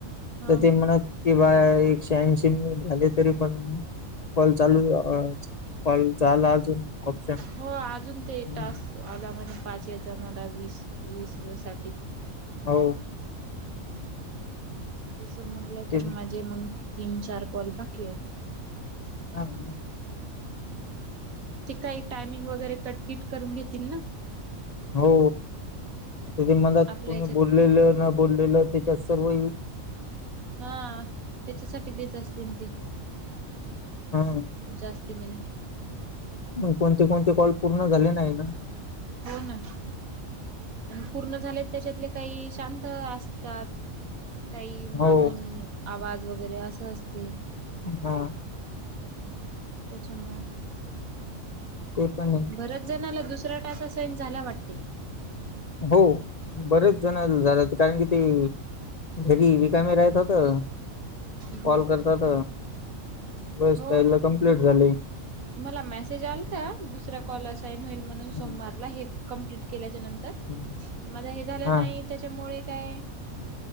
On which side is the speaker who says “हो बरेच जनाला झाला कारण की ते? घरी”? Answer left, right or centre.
Left